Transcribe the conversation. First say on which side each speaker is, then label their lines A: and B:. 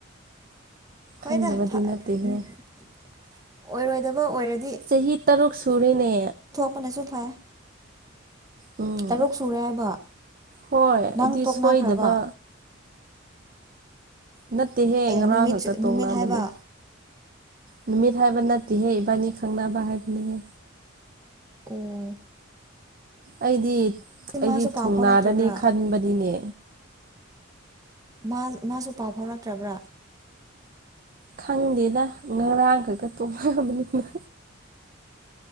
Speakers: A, on the right; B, on the right.
A: ꯍꯣꯏꯗ
B: ꯈꯟꯗꯕꯗꯤ
A: ꯐꯥ
B: ꯅꯠꯇꯦꯍꯦ
A: ꯑꯣꯏꯔꯣꯏꯗꯕ ꯑꯣꯏꯔꯗꯤ
B: ꯆꯍꯤ ꯇꯔꯨꯛ ꯁꯨꯔꯤꯅꯦ
A: ꯇꯣꯛꯄꯅꯁꯨ ꯐꯥꯏꯌꯦ
B: ꯎꯝ
A: ꯇꯔꯨꯛ ꯁꯨꯔꯦ ꯍꯥꯏꯕ
B: ꯍꯣꯏ
A: ꯅꯪ
B: ꯑꯩꯗꯤ
A: ꯇꯣꯛꯅꯈ꯭ꯔꯕꯥ
B: ꯁꯣꯏꯗꯕ ꯅꯠꯇꯦꯍꯦ
A: ꯑꯦ
B: ꯉꯔꯥꯡ
A: ꯅꯨꯃꯤꯠ
B: ꯈꯛꯇ ꯇꯣꯛꯅꯕꯅꯦ
A: ꯅꯨꯃꯤꯠ ꯍꯥꯏꯕ
B: ꯅꯨꯃꯤꯠ ꯍꯥꯏꯕ ꯅꯠꯇꯦꯍꯦ ꯏꯕꯥꯅꯤ ꯈꯪꯅꯕ ꯍꯥꯏꯕꯅꯤꯍꯦ
A: ꯑꫭ
B: ꯑꯩꯗꯤ ꯑꯩꯗꯤ
A: ꯃꯥꯁꯨ ꯄꯥꯎ
B: ꯊꯨꯡꯅꯥꯔꯅꯤ
A: ꯐꯥꯎꯔꯛꯇ꯭ꯔꯕ꯭ꯔꯥ
B: ꯈꯟꯕꯅꯤꯅꯦ
A: ꯃꯥ ꯃꯥꯁꯨ ꯄꯥꯎ ꯐꯥꯎꯔꯛꯇ꯭ꯔꯕ꯭ꯔꯥ
B: ꯈꯪꯗꯦꯗ ꯉꯔꯥꯡ ꯈꯛꯇ ꯇꯣꯡꯅꯕꯅꯤꯅ